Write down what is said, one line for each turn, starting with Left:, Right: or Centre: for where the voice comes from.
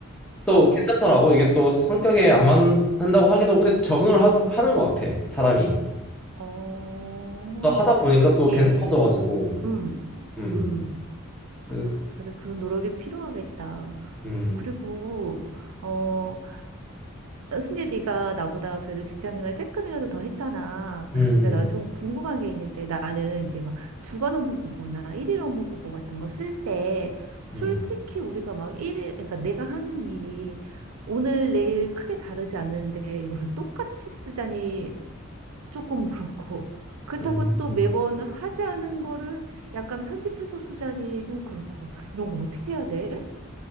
Centre: 또
Right: 어,
Centre: 괜찮더라고. 이게 또 성격에 안 맞는다고 하기도 그 적응을 하, 하는 것 같아, 사람이.
Right: 어,
Centre: 또 하다
Right: 음,
Centre: 보니까
Right: 이게,
Centre: 또 괜찮아져가지고.
Right: 음,
Centre: 음.
Right: 음. 아,
Centre: 음.
Right: 그래, 그런 노력이 필요하겠다.
Centre: 음.
Right: 그리고, 어, 순재 네가 나보다 그래도 직장 생활 조금이라도 더 했잖아.
Centre: 음.
Right: 그래서 나 좀 궁금한 게 있는데 나는 이제 막 주간 업무 보고나 일일 업무 보고 같은 거 쓸 때 솔직히
Centre: 음.
Right: 우리가 막 일일, 그러니까 내가 하는 일이 오늘 내일 크게 다르지 않는데 이거를 똑같이 쓰자니 조금 그렇고. 그렇다고
Centre: 음.
Right: 또 매번 하지 않은 거를 약간 편집해서 쓰자니 좀 그렇고. 이런 거 어떻게 해야 돼?